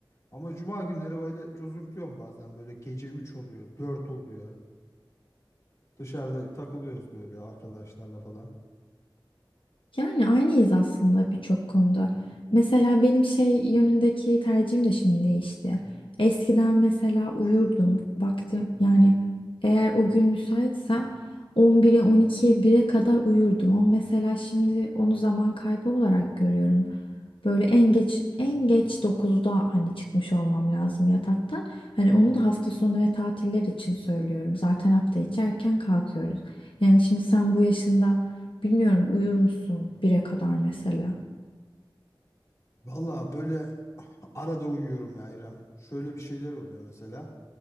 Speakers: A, on the left; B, on the left.
A: Ama cuma günleri böyle cozurtuyorum bazen böyle gece 3 oluyor, 4 oluyor. Dışarıda takılıyoruz böyle arkadaşlarla falan.
B: Yani aynıyız aslında birçok konuda. Mesela benim şey yönündeki tercihim de şimdi değişti. Eskiden mesela uyurdum. Vaktim yani eğer o gün müsaitsem 11'e 12'ye bire kadar uyurdum. Ama mesela şimdi onu zaman kaybı olarak görüyorum. Böyle en geç en geç dokuzda hani çıkmış olmam lazım yataktan. Hani onu da hafta sonu ve tatiller için söylüyorum. Zaten hafta içi erken kalkıyoruz. Yani şimdi sen bu yaşında Bilmiyorum uyur musun bire kadar mesela?
A: Valla böyle Arada uyuyorum ya İrem. Şöyle bir şeyler oluyor mesela.